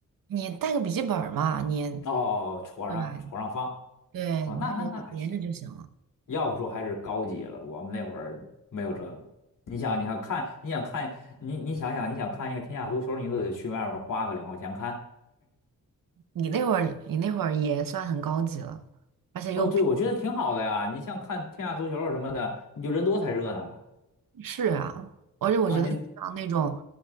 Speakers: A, on the right (about 75°); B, on the left (about 65°).
A: 你带个笔记本儿嘛，你
B: 哦，哦哦戳上戳上放，
A: 对吧？对，
B: 哦，
A: 你就连着就行了。
B: 那那那还行。要不说还是高级了。我们那会儿没有这个。你想，你想看，你想看，你你想想，你想看一个天下足球，你都得去外面花个两块钱看。
A: 你那会儿，你那会儿也算很高级了，而且又平
B: 哦，对，我觉得挺好的呀。你像看天下足球什么的，你就人多才热闹啊。
A: 是啊，而且我觉得像那种，
B: 啊，你